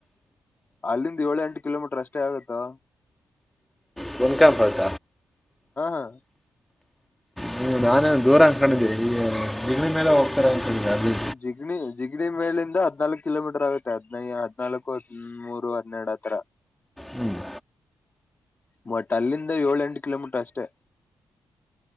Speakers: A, on the left; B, in the centre.
A: ಅಲ್ಲಿಂದ ಏಳು ಎಂಟು ಕಿಲೋಮೀಟರ್ ಅಷ್ಟೇ ಆಗತ್ತೋ
B: ಹ ಕ್ಯಾಂಪಸ್
A: ಹ
B: ಹ ನಾನೇ ದೂರ ಅಕೊಂಡಿದ್ದೆ ಈಗ ಜಿಗಣಿ ಮೇಲೆ ಹೋಗ್ತಾರೆ ಅಂದ್ಕೊಂಡಿದ್ದೆ ಅಲ್ಲಿ
A: ಜಿಗಣಿ ಜಿಗ್ ಇಡೀ ಮೇಲಿಂದ ಹದ್ನಾಲ್ಕು ಕಿಲೋಮೀಟರ್ ಆಗುತ್ತೆ ಹದ್ನೈ ಹದ್ನಾಲ್ಕು ಹದ ಮೂರು ಹದರಡು ಆ ತರ
B: ಹ್ಮ್
A: ಬಟ್ ಅಲ್ಲಿಂದ ಏಳ ಎಂಟು ಕಿಲೋಮೀಟರ್ ಅಷ್ಟೆ